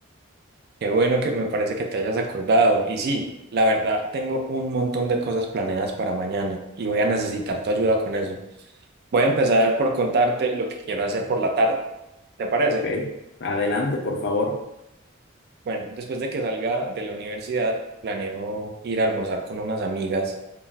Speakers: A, on the right (about 50°); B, on the left (about 55°).
A: Qué bueno que me parece que te hayas acordado. Y sí, la verdad, tengo un montón de cosas planeadas para mañana y voy a necesitar tu ayuda con eso. Voy a empezar por contarte lo que quiero hacer por la tarde. ¿Te parece?
B: Ok, adelante, por favor.
A: Bueno, después de que salga de la universidad, planeo ir a almorzar con unas amigas